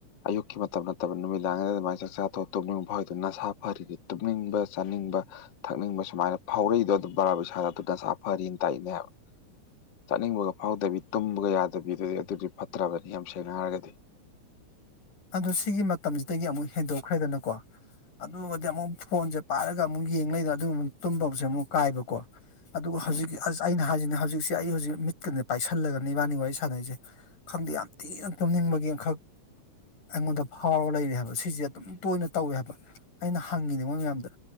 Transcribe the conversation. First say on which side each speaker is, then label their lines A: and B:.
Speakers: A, on the left; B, on the left.
A: ꯑꯌꯨꯛꯀꯤ ꯃꯇꯝ ꯅꯠꯇꯕ ꯅꯨꯃꯤꯗꯥꯡꯗ ꯗꯨꯃꯥꯏ ꯆꯥꯛꯆꯥꯥ ꯇꯣꯛ ꯇꯨꯝꯅꯤꯡꯕ ꯐꯥꯎꯔꯤꯗꯣ ꯅꯁꯥ ꯐꯔꯤ ꯇꯨꯝꯅꯤꯡꯕ ꯆꯥꯅꯤꯡ ꯕ ꯊꯛꯅꯤꯡꯕ ꯁꯨꯃꯥꯏꯅ ꯐꯥꯎꯔꯛꯏꯗꯣ ꯑꯗꯨ ꯕꯔꯥ ꯢꯁꯥꯗ ꯑꯗꯨ ꯅꯁꯥ ꯐꯔꯤꯅ ꯇꯥꯛꯏꯅꯦꯕ ꯆꯠꯅꯤꯡꯕꯒ ꯐꯥꯎꯗꯕꯤ ꯇꯨꯝꯕꯒ ꯌꯥꯗꯕꯤꯗꯨꯗꯤ ꯑꯗꯨꯗꯤ ꯐꯠꯇ꯭ꯔꯕꯅꯤ ꯌꯥꯝ ꯁꯦꯡꯅ ꯍꯥꯏꯔꯒꯗꯤ <unintelligible>
B: ꯑꯗꯨ ꯁꯤꯒꯤ ꯃꯇꯝꯁꯤꯗꯒꯤ ꯑꯃꯨꯛ ꯍꯦꯟꯗꯣꯛꯈ꯭ꯔꯦꯗꯅꯀꯣ ꯑꯗꯨꯒꯗꯤ ꯑꯃꯨꯛ ꯐꯣꯟꯖꯦ ꯄꯥꯏꯔꯒ ꯑꯃꯨꯛ ꯌꯦꯡ ꯂꯩꯗꯅ ꯑꯗꯨ ꯑꯃꯨꯛ ꯇꯨꯝꯕꯕꯨꯖꯦ ꯑꯃꯨꯛ ꯀꯥꯏꯕꯀꯣ ꯑꯗꯨꯒ ꯍꯧꯖꯤꯛ
A: ꯎꯝ
B: ꯑꯁ ꯑꯩꯅ ꯍꯥꯏꯖꯤꯅꯦ ꯍꯧꯖꯤꯛꯁꯦ ꯑꯩ ꯍꯧꯖꯤꯛ ꯃꯤꯠꯀꯅꯦ ꯄꯥꯏꯁꯜꯂꯒꯅꯦ ꯏꯕꯥꯅꯤꯡ ꯋꯥꯔꯤ ꯁꯥꯟꯅꯩꯁꯦ ꯈꯪꯗꯦ ꯌꯥꯝ ꯊꯤꯅ ꯇꯨꯝꯅꯤꯡꯕꯒꯤ ꯑꯃꯈꯛ ꯑꯩꯉꯣꯟꯗ ꯐꯥꯎꯔꯒ ꯂꯩꯔꯦ ꯍꯥꯏꯕ ꯁꯤꯁꯦ ꯑꯗꯨꯝ ꯇꯣꯏꯅ ꯇꯧꯋꯦ ꯍꯥꯏꯕ ꯑꯩꯅ ꯍꯪꯉꯤꯅꯦ ꯃꯣꯏ ꯃꯌꯥꯝꯗ